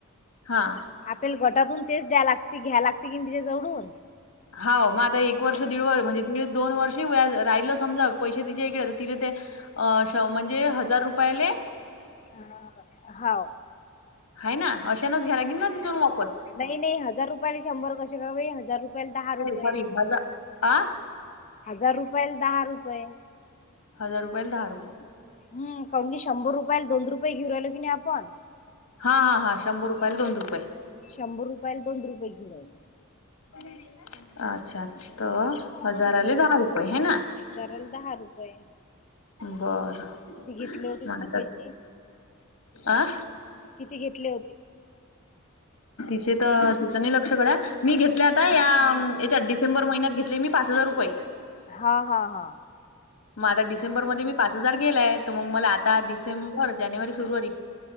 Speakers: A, on the left; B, on the left.
A: हा
B: आपल्याल गटातून तेच द्या लागते घ्या लागते की तिच्या जवडून.
A: हाव मग आता एक वर्ष दीड व म्हणजे. त दोन वर्षी व राहिलं समजा पैसे तिच्या इकडे तिथे ते. अ श म्हणजे हजार रुपयाले.
B: अ हाव
A: हाय ना अशानाच घ्याला की ना तिथून वापस.
B: हे नइ हजार रुपयाला शंभर कसे काई हजार रुपयाला दहा
A: नाही
B: रुपये.
A: सॉरी हजार आ?
B: हजार रुपयाला दहा रुपये.
A: हजार रुपयाला दहा रुपये
B: हम कावुन की शंभर रुपयाला दोन रुपये घेऊ राहिलो की नाही आपण
A: हा हा हां शंभर रुपयाला दोन रुपये
B: शंभर रुपयाला दोन रुपये घेऊ राहीलो
A: <inaudible> अच्छा त
B: हा
A: हजारा ले दहा रुपये हे ना
B: हजाराला दहा रुपये
A: बरं
B: किती घेतले होते
A: मग
B: तिने
A: आता
B: पैशे?
A: आ?
B: किती घेतले होते?
A: तिचे तर तिचं नाय लक्ष गड्या मी घेतल्या आता या
B: मीलसाठी
A: याच्यात डिसेंबर महिन्यात घेतले मी पाच हजार रुपये.
B: हा हा हा.
A: मग आता डिसेंबर मध्ये मी पाच हजार गेलाय तर मग मला आता डिसेंबर जानेवारी फेब्रुवारी.